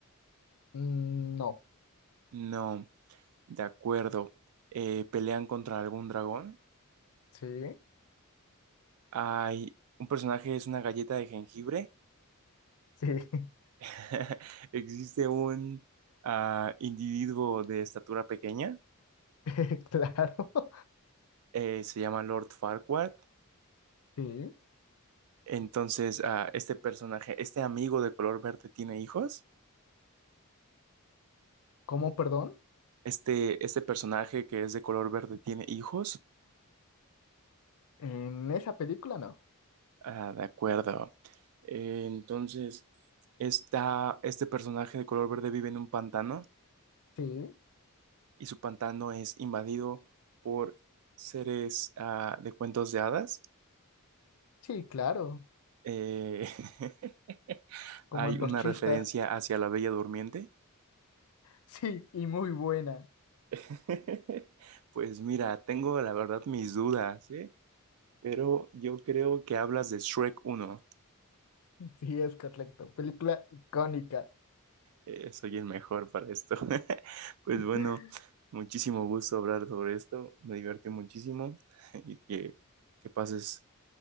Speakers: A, on the left; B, on the right.
A: mm, no,
B: No, de acuerdo. Eh, pelean contra algún dragón.
A: sí,
B: Hay un personaje es una galleta de jengibre.
A: sí, <laughs>
B: <laughs> Existe un ah, individuo de estatura pequeña.
A: eh, claro, <laughs>
B: eh, se llama Lord Farquaad.
A: sí.
B: Entonces, ah, este personaje, este amigo de color verde tiene hijos.
A: ¿Cómo, perdón?
B: Este, este personaje que es de color verde tiene hijos.
A: En esa película no.
B: Ah, de acuerdo. Eh, entonces, esta, este personaje de color verde vive en un pantano
A: Sí,
B: y su pantano es invadido por seres ah, de cuentos de hadas.
A: sí, claro,
B: Eh, <laughs>
A: como
B: hay
A: antorchistas,
B: una referencia hacia la Bella Durmiente.
A: sí, y muy buena.
B: <laughs> Pues mira, tengo la verdad mis dudas, ¿eh? Pero yo creo que hablas de Shrek uno.
A: Sí, es correcto. Película icónica.
B: Eh, soy el mejor para esto. <laughs> Pues
A: <laughs>
B: bueno, muchísimo gusto hablar sobre esto. Me divertí muchísimo <laughs> y que, que pases